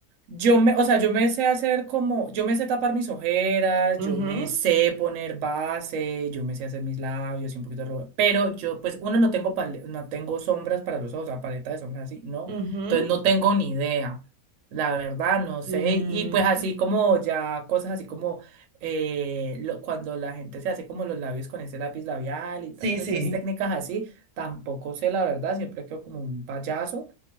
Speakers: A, on the right; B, on the right.
A: Yo me, o sea, yo me sé hacer como, yo me sé tapar mis ojeras,
B: Ujú,
A: yo me sé poner base, yo me sé hacer mis labios y un poquito de rubor, pero yo, pues, uno, no tengo, pale- no tengo sombras para los ojos, o sea, paleta de sombras así, ¿no?
B: ujú.
A: Entonces no tengo ni idea, la verdad, no sé,
B: Mm,
A: y, y, pues así como ya cosas así como eh, lo- cuando la gente se hace como los labios con ese lápiz labial y todas
B: sí, sí.
A: esas técnicas así, tampoco sé la verdad, siempre quedo como un payaso.